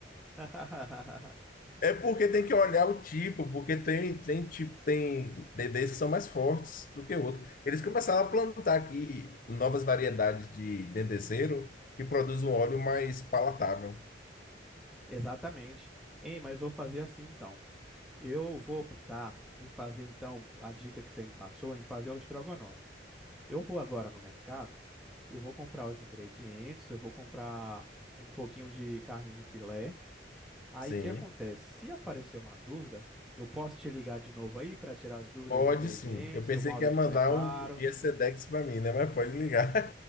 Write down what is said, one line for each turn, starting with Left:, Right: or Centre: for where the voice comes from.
Centre: <laughs>
Left: É porque tem que olhar o tipo, porque tem, tem tipo, tem DDs que são mais fortes do que outros. Eles começaram a plantar aqui novas variedades de dendezeiro que produz um óleo mais palatável.
Centre: Exatamente. Hein, mas vou fazer assim então. Eu vou optar em fazer então a dica que você me passou, em fazer o estrogonofe. Eu vou agora no mercado, eu vou comprar os ingredientes, eu vou comprar um pouquinho de carne de filé. Aí
Left: Sim,
Centre: o que acontece? Se aparecer uma dúvida, eu posso te ligar de novo aí para tirar as dúvidas
Left: pode
Centre: dos ingredientes
Left: sim. Eu pensei
Centre: e o modo
Left: que ia
Centre: de
Left: mandar
Centre: preparo.
Left: um Via Sedex para mim, né? Mas pode ligar.